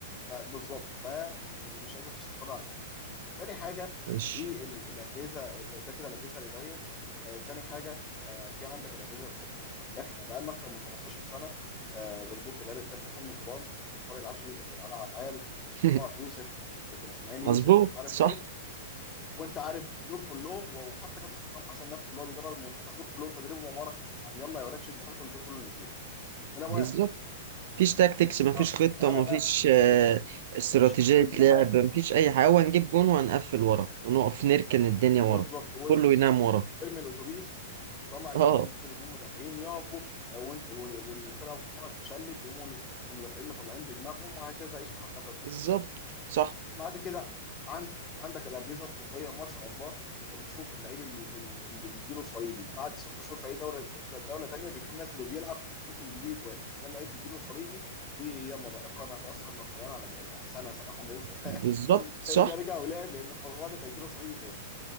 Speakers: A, on the left; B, on the right.
A: بالظبط فمش قادره تستقر على حاجه تاني حاجه
B: مش
A: ايه ال- الاجهزه ده ده كده الاجهزه الاداريه آه تاني حاجه آه في عندك الاجهزه الفنيه احنا بقالنا اكتر من 15 سنه آه بنضيف اداره كابتن حلمي طيران كابتن طارق العشري كابتن علاء عبعال
B: <laughs>
A: طلعت يوسف كابتن اسماعيل
B: مظبوط
A: يوسف مش عارف
B: صح
A: ايه وانت عارف دول كلهم وحتى كابتن حسام حسن نفسه اللي هو بيدرب المنتخب دول كلهم تدريب ومهاره عن يلا يا ولاد شدوا حيلكم انزلوا كلوا النجيله من ابو
B: بالظبط
A: اخر
B: مفيش تاكتكس مفيش
A: اه
B: خطة
A: تعالى
B: مفيش
A: بقى
B: آه، استراتيجية
A: مفيش اي
B: لعب
A: حاجه
B: مفيش أي حاجة هو هنجيب جون وهنقفل ورا ونقف نركن الدنيا
A: بالظبط
B: ورا كله ينام ورا
A: وارمي الاتوبيس طلع المهاجمين
B: اه
A: نزل اتنين مدافعين يقفوا آه، وانت و- والفرقه الخامسه اتشلت يقوموا المدافعين مطلعين بدماغهم وهكذا عيش لحد اخر الماتش
B: بالظبط صح
A: بعد كده عند عندك الاجهزه الطبيه ما شاء الله انت بتشوف اللعيب ال- ال- اللي بيجي له صليبي بعد ست شهور في اي دوله دوله تانيه بيكون نازل وبيلعب ممكن بيجي له جوان ده اللعيب بيجي له صليبي ويلا بقى اقرا ما تيسر من القران على ما يرجع سنه سنه ونص فاهم
B: بالظبط
A: <laughs>
B: صح
A: ده اذا رجع ولعب لانه في الغالب هيجي له صليبي تاني